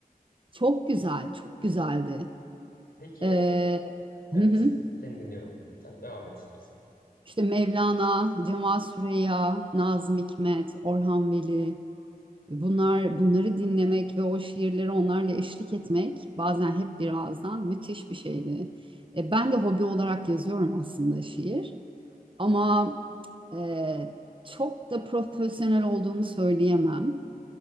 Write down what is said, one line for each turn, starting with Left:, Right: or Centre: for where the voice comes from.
Right: Çok güzel, çok güzeldi.
Left: Peki,
Right: Ee,
Left: evet
Right: <laughs>
Left: siz, seni dinliyorum. Sen devam et istersen.
Right: İşte Mevlana, Cemal Süreya, Nazım Hikmet, Orhan Veli bunlar bunları dinlemek ve o şiirleri onlarla eşlik etmek bazen hep bir ağızdan müthiş bir şeydi. E, ben de hobi olarak yazıyorum aslında şiir ama
Left: Hı hı.
Right: e, çok da profesyonel olduğumu söyleyemem.